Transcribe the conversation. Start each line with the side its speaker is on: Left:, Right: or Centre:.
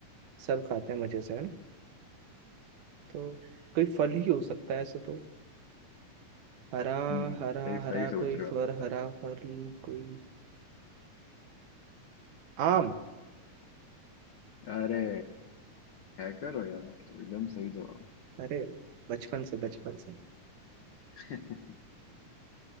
Right: सब खाते हैं मजे से है ना तो कोई फल ही हो सकता है ऐसा तो हरा
Left: हम्म
Right: हरा
Left: सही
Right: हरा
Left: सही सोच
Right: कोई
Left: रहे हो
Right: फर हरा फल कोई आम
Left: अरे हैकर हो यार आप तो एकदम सही जवाब
Right: अरे बचपन से बचपन से
Left: <laughs>